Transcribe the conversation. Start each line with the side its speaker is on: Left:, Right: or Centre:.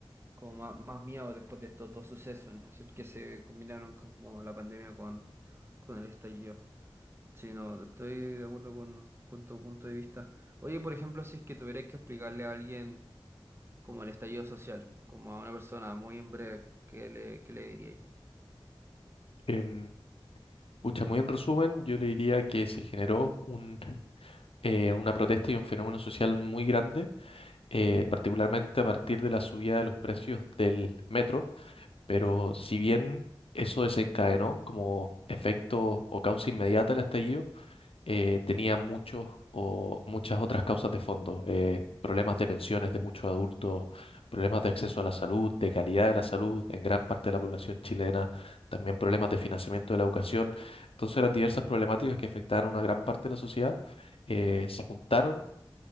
Right: como más, más miedo después de estos dos sucesos, en especial que se combinaron como la pandemia con, con el estallido. Sí, no, estoy de acuerdo con, con tu punto de vista. Oye, por ejemplo, si es que tuvieras que explicarle a alguien como el estallido social, como a una persona muy en breve, ¿qué le, qué le diríais?
Left: Em, pucha, muy en resumen, yo le diría que se generó un, eh, una protesta y un fenómeno social muy grande, eh, particularmente a partir de la subida de los precios del metro Pero si bien eso desencadenó como efecto o causa inmediata el estallido, eh, tenía muchos o muchas otras causas de fondo, eh, problemas de pensiones de muchos adultos, problemas de acceso a la salud, de calidad de la salud en gran parte de la población chilena, también problemas de financiamiento de la educación. Entonces eran diversas problemáticas que afectaban a una gran parte de la sociedad, eh, se juntaron